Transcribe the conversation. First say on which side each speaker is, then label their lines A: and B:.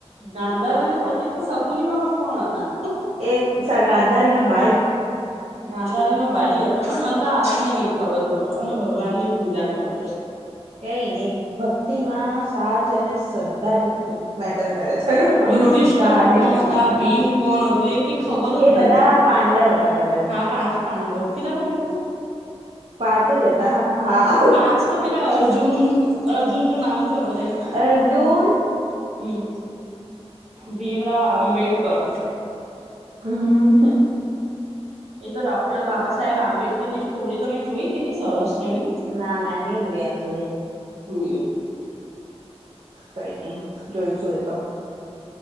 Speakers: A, on the right; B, on the right.
A: ગાંધાારાઈને પતિ તો શકુની મામા કોણ હતા.
B: એક ગાંધારી નો ભાઈ.
A: ગાંધારી નો ભાઈ હતો ને મનંદા આવી બી નહી ખબર બોલો અને ભગવાન ની પૂજા કરું.
B: કઈ નહી ભક્તિ માં સાચ અને શ્રદ્ધા જ મેટર કરે છે
A: યુધિષ્ઠર
B: કહાનીઓ
A: કોણ
B: ન.
A: હતા ભીમ કોણ હતું એક ક ખબર જ
B: બધા
A: નથી
B: પાંડવ હતા કદાચ
A: હા પાંચ પાંડવ કેટલા પંડવ હતો.
B: પાંચ જ હતા હા હા.
A: પાંચ તો પહેલાં અર્જુન અર્જુનનું નામ ખબર છે.
B: અર્જૂન
A: હમ્મ ભીમરાવ આંબેડકર.
B: હ.
A: એ તો ડોક્ટર બાબા સાહેબ આંબેડકરની સ્ટોરી તમે જોઈ કેટલી સરસ છે, એની
B: ના મેં નહી જોઈ આજ સુધી
A: હમ
B: કઈ નહી જોઈશું એ તો